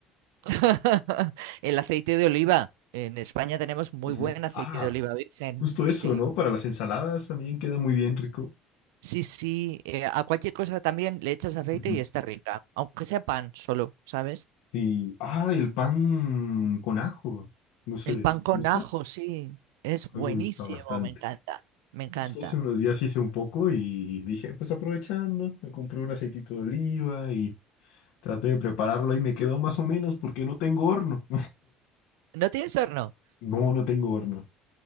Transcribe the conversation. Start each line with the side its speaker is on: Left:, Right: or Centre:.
Right: <laughs> El aceite de oliva. En España tenemos muy
Left: Ujú.
Right: buen aceite
Left: Ah,
Right: de oliva virgen.
Left: justo eso,
Right: Sí,
Left: ¿no? Para las ensaladas también queda muy bien rico.
Right: sí, sí. eh, a cualquier cosa también le echas aceite
Left: Ujú.
Right: y está rica. Aunque sea pan solo, ¿sabes?
Left: Sí. Ah, el pan con ajo. No sé,
Right: El pan
Left: ¿te
Right: con
Left: ¿gusta?
Right: ajo, sí. Es buenísimo,
Left: A mí me gusta bastante.
Right: me encanta. Me encanta.
Left: Justo hace unos días hice un poco y dije, pues aprovechando, me compré un aceitito de oliva y traté de prepararlo y me quedó más o menos porque no tengo horno.
Right: ¿No tienes horno?
Left: No, no tengo horno.